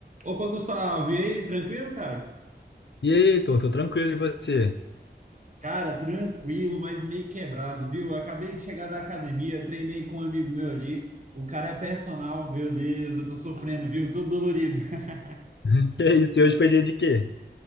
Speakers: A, on the right (about 45°); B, on the left (about 80°).
A: Opa, Gustavo, e aí, tranquilo, cara?
B: E aí, Heitor, tô tranquilo, e você? <laughs>
A: Cara, tranquilo, mas meio quebrado, viu? Eu acabei de chegar da academia, treinei com um amigo meu ali. O cara é personal, meu Deus, eu tô sofrendo, viu? Todo dolorido. <laughs>
B: Uhum. Que isso, e hoje foi dia de quê?